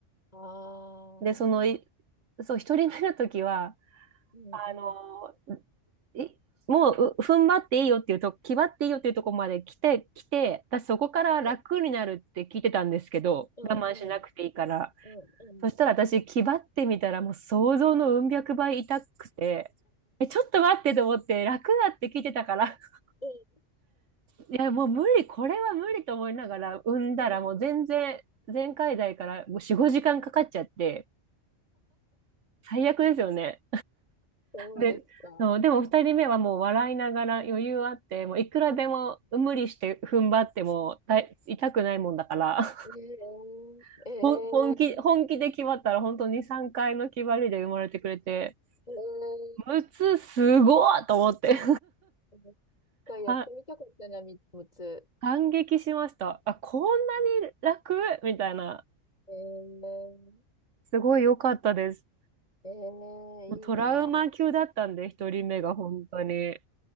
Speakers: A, on the left; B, on the right.
A: ああ、
B: で、その、いそう、一人目の時は、
A: うんうん。
B: あの、いもう、う踏ん張っていいよっていうと、気張っていいよっていうところまで来て、来て、私そこから楽になるって聞いてたんですけど、
A: はい。うんうん。
B: 我慢しなくていいから。
A: うんうん。
B: そしたら私、気張ってみたらもう想像のうん百倍痛くて、え、ちょっと待ってと思って、楽だって聞いてたから、<laughs>
A: うん
B: いや、もう無理、これは無理と思いながら、産んだらもう全然、
A: うん。
B: 前回代からもう4、5時間かかっちゃって、最悪ですよね。
A: そうですか。
B: で、そう、でも2人目はもう笑いながら余裕あって、もういくらでも無理して踏ん張ってもだい痛くないもんだから、
A: ええー、
B: <laughs>
A: え
B: ほん本気、
A: ー、
B: 本気で決まったら本当に3回の決まりで生まれてくれて、
A: えー、
B: むつすごいと思って
A: えー、一回やってみたかったな、
B: あ
A: 三つ。
B: <laughs>、感激しました。あ、こんなに楽みたいな。
A: うんえー、
B: すごい良かったです。
A: えー、いいな。
B: もうトラウマ級だったんで、1人目が本当に。